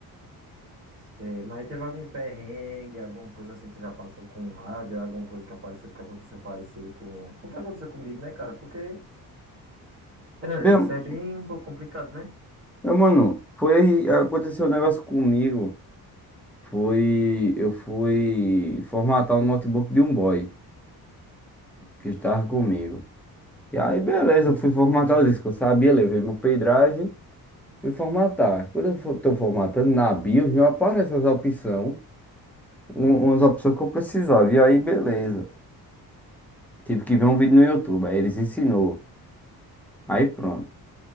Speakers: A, on the right (about 35°); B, in the centre.
A: Sei, mas teve algum perrengue, alguma coisa assim que você já passou com o hardware, alguma coisa que apareceu, que aconteceu parecido com, com o que aconteceu comigo, né, cara? Porque <clears throat>
B: Meu,
A: isso é bem um pouco complicado, né?
B: meu mano, foi, aconteceu um negócio comigo. Foi, eu fui formatar o notebook de um boy que estava comigo. E aí,
A: Um,
B: beleza, eu fui formatar o disco. Eu sabia, levei meu pendrive. Fui formatar. Quando eu estou formatando na BIOS, não aparece as opções, um- umas opções que eu precisava. E aí, beleza. Tive que ver um vídeo no YouTube, aí eles ensinou. Aí pronto.